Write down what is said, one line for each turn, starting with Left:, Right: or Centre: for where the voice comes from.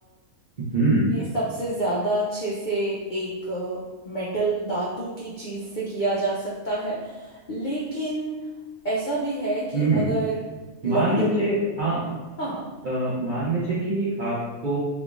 Right: हम्म
Left: ये सबसे ज्यादा अच्छे से एक मेटल धातु की चीज से किया जा सकता है लेकिन ऐसा भी है कि
Right: हम्म हम्म।
Left: अगर लकड़ी
Right: मान लीजिए हाँ
Left: हाँ
Right: अ, मान लीजिए कि आपको